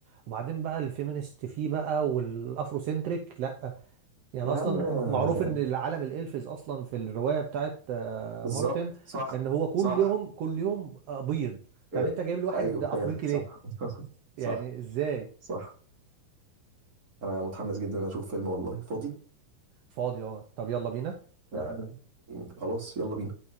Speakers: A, on the right (about 70°); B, on the right (about 25°).
A: وبعدين بقى الفيمينست فيه بقى والأفرو سنتريك لأ يعني
B: يا
A: أصلا
B: عم آه،
A: م- معروف إن العالم الإلفز أصلا في الرواية بتاعت آه،
B: بالظبط
A: مارتن
B: صح
A: إن هو كل
B: صح
A: يوم كل يوم آه، بيض طب
B: إيه.
A: أنت جايب لي واحد
B: ايوه
A: أفريقي
B: فعلا صح
A: ليه؟
B: <laughs>
A: يعني
B: صح
A: إزاي؟
B: صح انا متحمس جدا اشوف فيلم والله فاضي
A: فاضي أه طب يلا بينا
B: لا خلاص يلا بينا